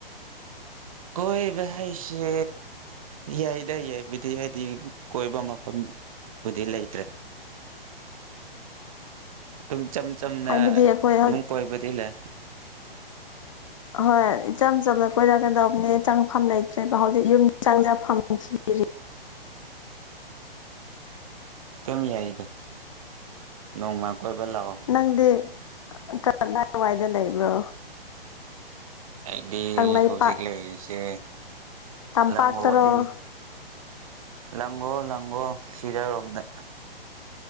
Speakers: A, on the right (about 35°); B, on the left (about 30°).
A: ꯀꯣꯏꯕ ꯍꯥꯢꯁꯦ ꯌꯥꯏꯗ ꯌꯥꯏꯕꯨꯗꯤ ꯍꯥꯏꯗꯤ ꯀꯣꯏꯕ ꯃꯐꯝꯕꯨꯗꯤ ꯂꯩꯇ꯭ꯔꯦ ꯑꯗꯨꯝ ꯆꯝ ꯆꯝꯅ
B: ꯍꯥꯏꯕꯗꯤ ꯑꯩꯈꯣꯏ
A: ꯑꯗꯨꯝ ꯀꯣꯏꯕꯗꯤ ꯂꯩ
B: ꯍꯣꯏ ꯏꯆꯝ ꯆꯝꯅ ꯀꯣꯏꯔꯛꯀꯗꯧꯕꯅꯦ ꯆꯪꯐꯝ ꯂꯩꯇ꯭ꯔꯦꯕ ꯍꯧꯖꯤꯛ ꯌꯨꯝ ꯆꯪꯖꯐꯝ ꯊꯤꯔꯤ
A: ꯑꯗꯨꯝ ꯌꯥꯏꯗ ꯅꯣꯡꯃ ꯀꯣꯏꯕ ꯂꯥꯛꯑꯣ
B: ꯅꯪꯗꯤ ꯀꯗꯥꯏꯋꯥꯏꯗ ꯂꯩꯕ꯭ꯔꯣ
A: ꯑꯩꯗꯤ
B: ꯀꯪꯂꯩꯄꯥꯛ
A: ꯍꯧꯖꯤꯛ ꯂꯩꯔꯤꯁꯦ
B: ꯇꯝꯄꯥꯛꯇꯔꯣ
A: ꯂꯪꯉꯗꯤꯅꯤ <unintelligible> ꯂꯪꯒꯣ ꯂꯪꯒꯣ ꯁꯤꯔꯔꯣꯝꯗ